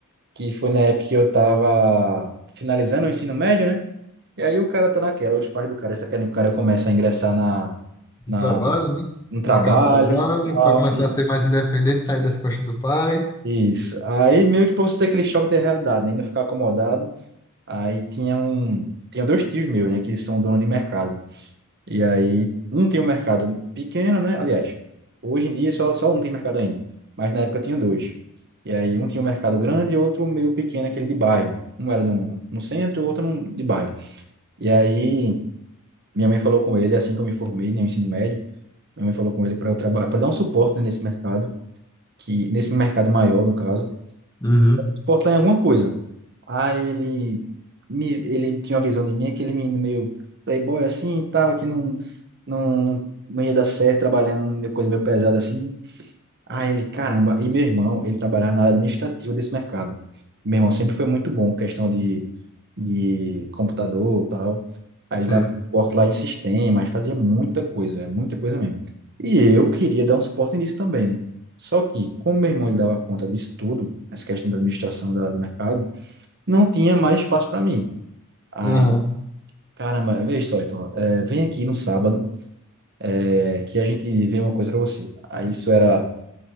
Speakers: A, on the right; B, on the left.
A: Que foi na época que eu tava finalizando o ensino médio, né? E aí o cara tá naquela, os pais do cara tá querendo que o cara comece a ingressar na
B: No
A: na
B: Trabalho, né?
A: no trabalho,
B: No Mercado de trabalho,
A: tal,
B: para começar
A: e-
B: a ser mais independente, sair das costas do pai.
A: isso. Aí meio que pra você ter aquele choque de realidade, né? E não ficar acomodado. Aí tinha um, tinha dois tios meus, né, que eles são donos de mercado. E aí um tem um mercado pequeno, né? Aliás, hoje em dia só só um tem mercado ainda, mas na época tinha dois. E aí um tinha um mercado grande e outro meio pequeno, aquele de bairro. Um era no, no centro, o outro no, de bairro. E aí minha mãe falou com ele assim que eu me formei, né, no ensino médio. Minha mãe falou com ele para eu trabalhar, para dar um suporte, né, nesse mercado, que nesse mercado maior, no caso,
B: Uhum,
A: suporte lá em alguma coisa. Aí ele, me, ele tinha uma visão de mim, aquele menino meio playboy assim e tal, que não, não, não, não ia dar certo trabalhando numa coisa meio pesada assim. Aí ele, caramba, e meu irmão, ele trabalhava na área administrativa desse mercado. Meu irmão sempre foi muito bom, questão de, de computador e tal. Aí ele
B: sim.
A: dava suporte lá em sistemas, fazia muita coisa, é muita coisa mesmo. E eu queria dar um suporte nisso também, né? Só que, como meu irmão ele dava conta disso tudo, essa questão da administração da, do mercado, não tinha mais espaço para mim. Aí,
B: Aham.
A: caramba, veja só, então, é, vem aqui no sábado, é, que a gente vê uma coisa para você. Aí isso era,